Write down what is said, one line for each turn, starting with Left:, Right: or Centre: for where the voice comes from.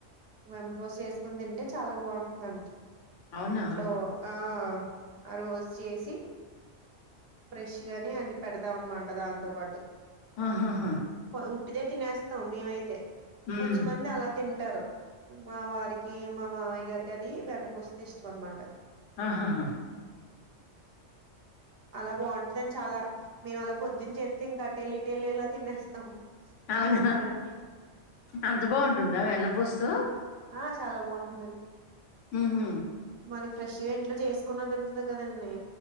Right: వెన్నపూస్ వేసుకుని తింటే చాలా బాగుంటుందంట
Left: అవునా!
Right: ఇంట్లో ఆ ఆ రోజు చేసి ఫ్రెష్ గాని అది పెడతాం అనమాట దాంతో పాటు
Left: ఆహాహా
Right: హాో ఉట్టిదే తినేస్తాం మేమైతే
Left: హ్మ్.
Right: కొంచంమంది అలా తింటారు మా వారికి మా మావయ్య గారికి అది వెన్నుపూసతో ఇష్టం అనమాట
Left: ఆహాహా
Right: అలా బాగుంటందండి చాలా మేము అలా పొద్దున్ చేత్తే ఇంకా అటెళ్ల్ ఇటెళ్ల్ ఇలా తినేస్తాం
Left: అవునా
Right: సాయంత్రానికి
Left: అంత బాగుంటుందా వెన్నపూస్తో
Right: ఆ చాలా బాగుంటుందం
Left: హుహు.
Right: మనకి ఫ్రెష్గా ఇంట్లో చేసుకున్నది ఉంటది కదండి